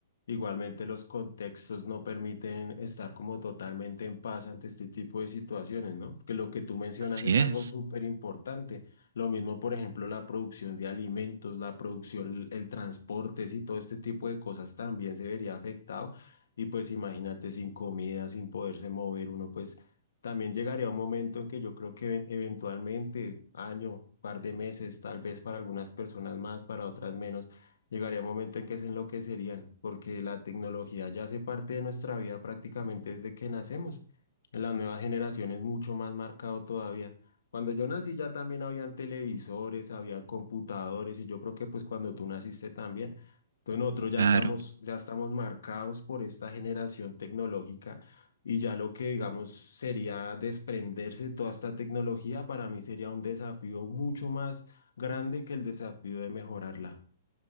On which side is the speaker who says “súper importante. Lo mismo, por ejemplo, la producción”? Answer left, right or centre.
Left